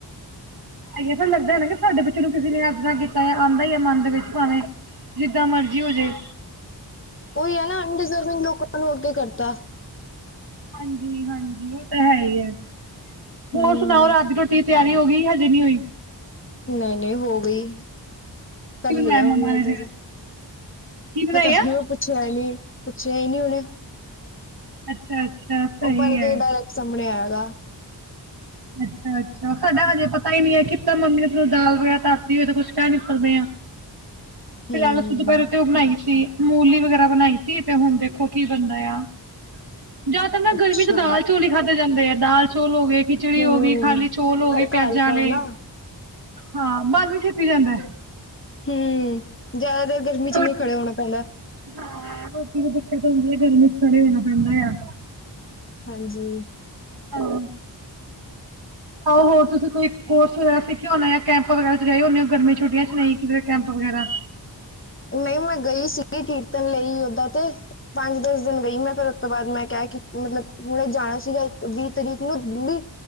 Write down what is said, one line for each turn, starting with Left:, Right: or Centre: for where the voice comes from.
Right: ਆ ਫਿਰ ਲੱਗਦਾ ਹੈ ਨਾ ਕਿ ਸਾਡੇ ਬੱਚੇ ਨੂੰ ਕਿਸੇ ਨੇ ਰਜਣਾ ਕੀਤਾ ਆਉਂਦਾ ਹੀ ਹੈ ਮਨ ਦੇ ਵਿੱਚ ਭਾਵੇਂ ਜਿੱਦਾਂ ਮਰਜ਼ੀ ਹੋ ਜਾਏ
Left: ਉਹੀ ਹੈ ਨਾ ਅਨਡਿਜ਼ਰਵਿੰਗ ਲੋਕਾਂ ਨੂੰ ਅੱਗੇ ਕਰ ਦਿੱਤਾ।
Right: ਹਾਂਜੀ- ਹਾਂਜੀ ਉਹ ਤਾਂ ਹੈ ਹੀ ਹੈ ਹੋਰ
Left: ਹੂੰ
Right: ਸੁਣਾਓ ਰਾਤ ਦੀ ਰੋਟੀ ਤਿਆਰੀ ਹੋ ਗਈ, ਹਜੇ ਨਹੀਂ ਹੋਈ
Left: ਨਹੀਂ- ਨਹੀਂ ਹੋ ਗਈ
Right: ਕੀ
Left: ਕਰ ਲਿਆ
Right: ਬਣਾਇਆ ਮੰਮਾ
Left: ਹਮਨੇ
Right: ਨੇ
Left: ਤੋਪਤਾ
Right: ਫਿਰ ਕੀ ਬਣਾਇਆ
Left: ਨੀ ਉਹ ਪੁੱਛਿਆ ਨੀ ਪੁੱਛਿਆ ਹੀ ਨੀ ਉਹਨੇ
Right: ਅੱਛਾ,। ਅੱਛਾ ਸਹੀ
Left: ਉਹ ਬਣ
Right: ਹੈ
Left: ਕੇ ਡਾਇਰੈਕਟ ਸਾਹਮਣੇ ਆਏਗਾ।
Right: ਅੱਛਾ, ਅੱਛਾ ਸਾਡਾ ਹਜੇ ਪਤਾ ਹੀ ਨੀ ਹੈ ਕਿ ਮੰਮੀ ਨੇ ਦਾਲ ਵਗੈਰਾ ਧਰਦੀ ਹੋ ਤੇ ਕੁੱਝ ਕਹਿ ਨੀ ਸਕਦੇ ਆ
Left: ਹੂੰ
Right: ਫਿਲਹਾਲ ਅਸੀ ਦੁਪਹਿਰ ਤੇ ਉਹ ਬਣਾਈ ਸੀ ਮੂਲੀ ਵਗੈਰਾ ਬਣਾਈ ਸੀ ਤੇ ਹੁਣ ਦੇਖੋ ਕੀ ਬਣਦਾ ਆ ਜ਼ਿਆਦਾਤਰ ਨਾ
Left: ਅੱਛਾ
Right: ਗਰਮੀ ਚ ਦਾਲ ਚੋਲ ਹੀ ਖਾਧੇ ਜਾਂਦੇ ਆ, ਦਾਲ ਚੋਲ ਹੋ ਗਏ ਖਿਚੜੀ
Left: ਹੂੰ
Right: ਹੋ ਗਈ, ਖਾਲੀ ਚੌਲ ਹੋ ਗਏ
Left: ਹਲਕਾ
Right: ਪਿਆਜਾਂ
Left: ਹਲਕਾ
Right: ਵਾਲੇ
Left: ਨਾ
Right: ਹਾਂ, ਬਣ ਵੀ ਛੇਤੀ ਜਾਂਦਾ ਹੈ
Left: ਹਮ, ਜਿਆਦਾਤਰ ਗਰਮੀ ਚ
Right: ਰੋਟੀ
Left: ਨਹੀਂ ਖੜੇ ਹੋਣਾ ਪੈਂਦਾ
Right: ਹਾਂ ਰੋਟੀ ਦੀ ਦਿੱਕਤ ਹੁੰਦੀ ਆ ਗਰਮੀ ਚ ਖੜੇ ਹੋਣਾ ਪੈਂਦਾ ਆ
Left: ਹਾਂਜੀ।
Right: ਹਾਂ। ਆ ਉਹ ਹੋਰ ਤੁਸੀਂ ਕੋਈ ਕੋਰਸ ਵਗੈਰਾ ਸਿੱਖਿਆ ਹੋਣਾ ਜਾਂ ਕੈਂਪ ਵਗੈਰਾ ਚ ਗਏ ਹੋਣੇ ਹੋ ਗਰਮੀ ਛੁਟੀਆਂ ਚ ਨਹੀਂ ਕਿ ਕੈਂਪ ਵਗੈਰਾ
Left: ਨਹੀਂ ਮੈਂ ਗਈ ਸੀਗੀ ਕੀਰਤਨ ਲਈ ਓਦਾਂ, ਤੇ ਪੰਜ- ਦਸ ਦਿਨ ਗਈ ਮੈਂ ਫਿਰ ਤੋਂ ਬਾਅਦ ਮੈਂ ਕਿਹਾ ਕਿ ਮਤਲਬ ਹੁਣ ਜਾਣਾ ਸੀਗਾ ਵੀਹ ਤਰੀਕ ਨੂੰ ਦਿੱਲੀ